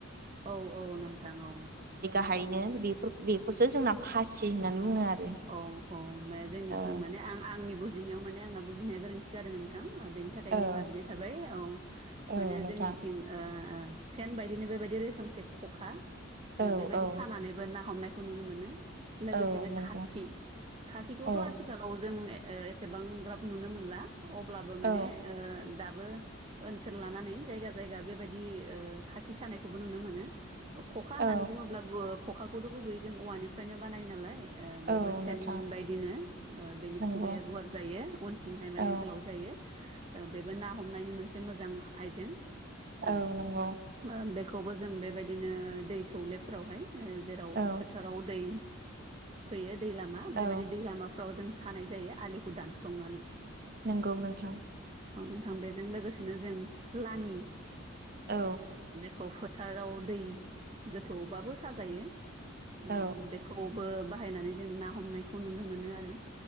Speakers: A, on the right; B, on the right.
A: औ औ नोंथां औ
B: फायनो बेफोर बेखौसो जोंना फासि होननानै बुङो आरो
A: औ औ जोंनिथिं
B: औ
A: माने आं आंनि बुजिनायाव माने आंना बुजिनाया गोरोन्थि जादों नोंथां बेनि थाखाय
B: औ
A: निमाहा बिनाय थाबाय औ
B: औ
A: माने
B: नोंथां
A: जोंनिथिं ओ सेन बायदिनो बेबायदि रोखोमसे खखा
B: औ
A: ओ बेबायदि
B: औ
A: सानानैबो ना हमनाय खौ नुनो मोनो लोगोसेनो
B: औ नंगौ
A: खाखि खाखिखौथ'
B: औ
A: आथिखालाव जों ओ एसेबां ग्राब नुनो मोनला अब्लाबो
B: औ
A: माने ओ दाबो ओनसोल लानानै जायगा जायगा बेबायदि ओ खाखि सानायखौबो नुनो मोनो ख'खा होननानै
B: औ
A: बुङोब्ला ख'खाखौथ' गुबैयै जों औवानिफ्रायनो बानाय नालाय ओ बेबो
B: औ
A: सेन
B: नोंथां
A: बायदिनो बेनि
B: नंगौ
A: खुगाया गुवार जायो अनथिंहाय माने
B: औ
A: गोलाव जायो बेबो ना हमनायनि मोनसे मोजां आइजें ओ
B: औ नंगौ
A: ओ बे खौबो जों बेबायदिनो दै थौलेफोरावहाय जेराव
B: औ
A: फोथाराव दै फैयो दै लामा
B: औ
A: बेबायदि दै लामाफ्राव जों सानाय जायो आलिखौ दानफ्लंनानै
B: नंगौ नोंथां
A: औ नोंथां बेजों लोगोसेनो जों लाङि
B: औ।
A: खौ फोथाराव दै गोथौबाबो साजायो ओ
B: औ
A: बेखौ बो बाहायनानै जों ना हमनायखौ नुनो मोनो आरो